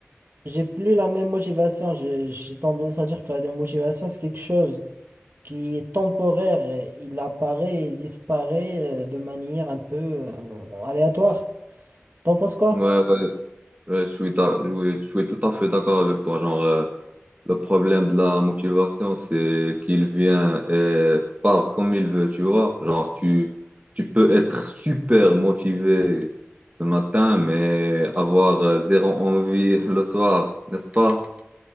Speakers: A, on the right; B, on the right.
A: j'ai plus la même motivation. J'ai j'ai tendance à dire que la motivation, c'est quelque chose qui est temporaire. et Il apparaît et il disparaît euh, de manière un peu euh, aléatoire. T'en penses quoi?
B: Ouais, ouais, ouais, je suis, ta- je suis je suis tout à fait d'accord avec toi. Genre, euh, le problème de la motivation, c'est qu'il vient et part comme il veut, tu vois. Genre, tu, tu peux être super motivé ce matin, mais avoir euh, zéro envie <laughs> le soir, n'est-ce pas?